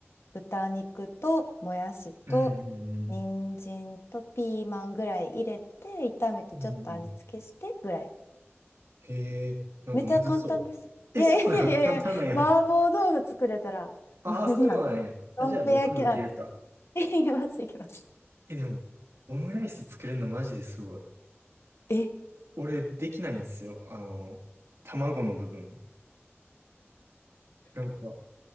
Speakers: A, on the left; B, on the right.
A: 豚肉ともやしと人参とピーマンぐらい入れて、
B: うんうんうん。
A: 炒めてちょっと味付けしてぐらい。
B: うんうん。へえ、なんかむずそう。
A: めっちゃ簡単です。
B: え、
A: いやいやいやいや、
B: そうなん <laughs> 簡単なんや。
A: 麻婆豆腐作れたら、
B: ああ、
A: もうそんなん、
B: そうなんや。あ、
A: どんぺ焼きなんか。
B: じゃあ僕もいけるか。
A: <laughs> いきます、いきます。
B: え、でも、オムライス作れるのマジですごい。
A: え、
B: 俺、できないんですよ。あの、卵の部分。なんか、